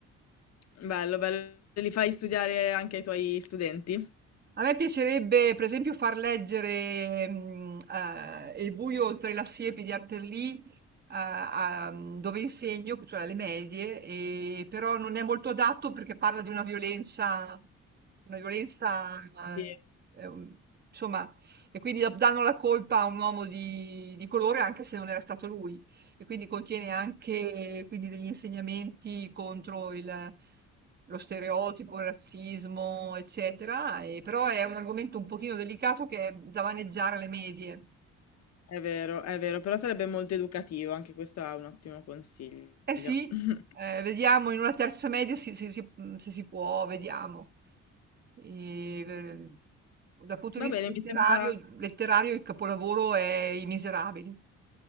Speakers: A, on the left; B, on the right.
A: bello, bello. Li fai studiare anche ai tuoi studenti?
B: A me piacerebbe, per esempio, far leggere mh, eh, Il buio oltre la siepe di Harper Lee, a- a- mm, dove insegno, cioè alle medie, e- però non è molto adatto perché parla di una violenza, una violenza, eh,
A: Sì.
B: ehm, insomma, e quindi danno la colpa a un uomo di, di colore anche se non era stato lui. E quindi contiene anche quindi, degli insegnamenti contro il- lo stereotipo, il razzismo, eccetera. E, però è un argomento un pochino delicato che è da maneggiare alle medie.
A: È vero, è vero, però sarebbe molto educativo, anche questo è un ottimo consiglio.
B: Eh sì,
A: <laughs>
B: eh, vediamo in una terza media si- si- si- se si può, vediamo. E, eh, dal punto di
A: Va
B: vista
A: bene,
B: letterario,
A: mi sembra
B: letterario il capolavoro è I Miserabili.